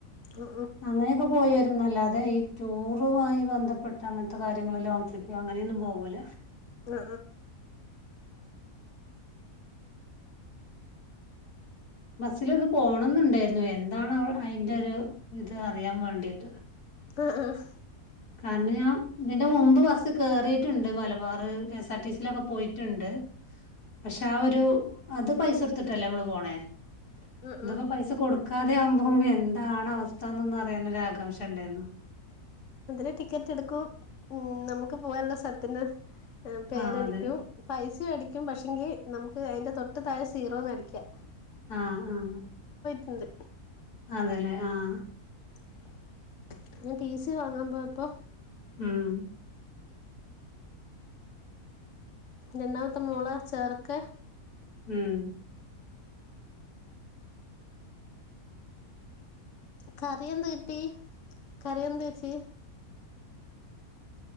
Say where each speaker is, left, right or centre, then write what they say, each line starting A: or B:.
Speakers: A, on the left; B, on the left.
A: ആ
B: അങ്ങനെയൊക്കെ പോയി ന്നല്ലാതെ ഈ ടൂറ് മായി ബന്ധപ്പെട്ട് അങ്ങൻത്തെ കാര്യങ്ങള് ലോങ്ങ് ട്രിപ്പ് അങ്ങനെ ഒന്നും പോവൂല
A: ആ
B: ബസ്സിലൊന്ന് പോണംന്ന്ണ്ടായിരുന്നു എന്താണ് അയ് അയെന്റെ ഒരു ഇത് അറിയാൻ വേണ്ടീട്ട്
A: അഹ് അഹ്
B: കാരണം ഞാം ഇതിന്റെ മുമ്പ് ഫ കേറിയിട്ട്ണ്ട് മലബാർ കെഎസ്ആർടിസിയിലൊക്കെ പോയിട്ട്ണ്ട് പക്ഷെ ആ ഒരു അത് പൈസ കൊടുത്ത്ട്ടല്ലേ നമ്മള് പോണേ
A: ആ
B: ഇതൊക്കെ
A: ആ
B: പൈസ കൊടുക ക്കാതെ ആവുംമ്പ എന്താണ് അവസ്ഥന്നൊന്നറിയാനൊരാകാംശ ഇണ്ടായിന്നു
A: അതില് ടിക്കറ്റ് എടുക്കും ഉം നമക്ക് പോവാൻള്ള സ്ഥലത്തിന് പേരടിക്കും
B: ആ അതെ
A: പൈസ സ അടിക്കും പക്ഷെങ്കി നമുക്ക് അതിന്റെ തൊട്ട് താഴെ സീറോന്ന് അടിക്കാ
B: ആഹ് ആഹ്
A: ഉണ്ട്
B: അതേലെ ആഹ്
A: <unintelligible> ടി സി വാങ്ങാൻ പോപ്പോ
B: ഉം
A: രണ്ടാമത്തെ മോളെ ചേർക്കാൻ
B: ഉം
A: കറി എന്ത് കിട്ടി കറി എന്ത് വെച്ച്